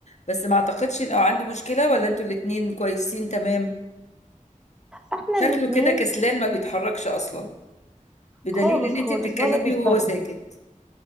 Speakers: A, on the left; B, in the centre.
A: بس ما اعتقدش ان أو عندي مشكلة ولا انتوا الاتنين كويسين تمام
B: احنا
A: شكله
B: الاتنين
A: كده كسلان ما بيتحركش اصلا بدليل
B: خالص
A: ان
B: خالص
A: انت بتتكلمي
B: ولا بيشتغل
A: وهو ساكت